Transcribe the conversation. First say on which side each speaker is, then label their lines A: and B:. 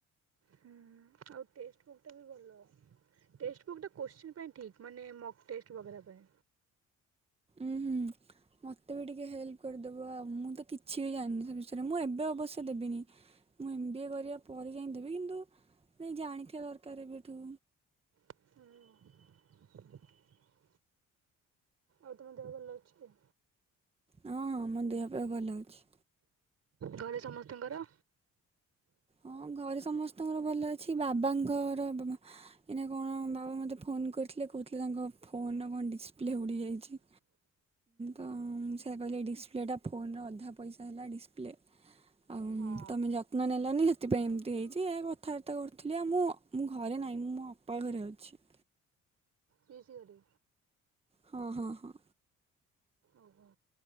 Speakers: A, on the right; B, on the right.
A: ହୁଁ ଆଉ ଟେଷ୍ଟ ବୁକ୍ ଟା ବି ଭଲ। ଟେଷ୍ଟ ଵୁକ୍ ଟା କ୍ଯୁସିନ୍ ପାଇଁ ଠିକ୍ ମାନେ ମ ଟେଷ୍ଟ ପାଇଁ।
B: ଉଁ ହୁଁ, ମୋତେ ବି ଟିକେ ହେଲ୍ପ କରିଦେବ, ଆଉ ମୁଁ ତ କିଛି ବି ଜାଣିନି ସେ ବିଷୟରେ ମୁଁ ଏବେ ଅବଶ୍ୟ ଦେବିନି। ମୁଁ ଏମ୍ ବି ଏ କରିବା ପରେ ଯାଇ ଦେବି। କିନ୍ତୁ ଜାଣିଥିବା ଦରକାର ଏବେଠୁ
A: ହୁଁ, ଆଉ ତମେ ଦେହ ଭଲ ଅଛି?
B: ହଁ ମୋ ଦେହପା ଭଲ ଅଛି।
A: ଘରେ ସମସ୍ତଙ୍କର,
B: ହଁ ଘରେ ସମସ୍ତଙ୍କର ଭଲ ଅଛି। ବାବାଙ୍କର, ଏଇନା କଣ ବାବା ମୋତେ ଫୋନ କରିଥିଲେ। କହୁଥିଲେ ତାଙ୍କ ଫୋନର କଣ ଡିସପ୍ଲେ ଉଡ଼ିଯାଇଛି। ତ ସେୟା କହିଲି ଡିସପ୍ଲେଟା ଫୋନରେ ଅଧା ପଇସା ହେଲା ଡିସପ୍ଲେ। ଆଉ
A: ହଁ
B: ତମେ ଯତ୍ନ ନେଲେ, ନାନି ସେଥିପାଇଁ ଏମିତି ହେଇଛି, ଏହା କଥାବାର୍ତ୍ତା କରୁଥିଲି ଆଉ ମୁଁ ମୋ ଘରେ ନାହିଁ ମୁଁ ମୋ ଅପା ଘରେ ଅଛି।
A: ପିଇସି ଘରେ।
B: ହଁ ହଁ ହଁ।
A: ଓହୋ